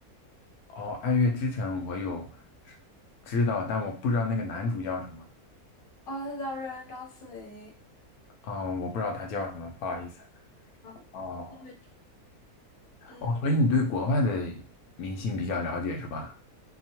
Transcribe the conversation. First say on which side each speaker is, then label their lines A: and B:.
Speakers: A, on the left; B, on the left.
A: 哦，《爱乐之城》我有知道，但我不知道那个男主叫什么，
B: 哦，他叫瑞安·张思霖。
A: 哦，我不知道他叫什么，不好意思，
B: 嗯，
A: 哦
B: 对，嗯，
A: 哦，所以你对国外的明星比较了解是吧？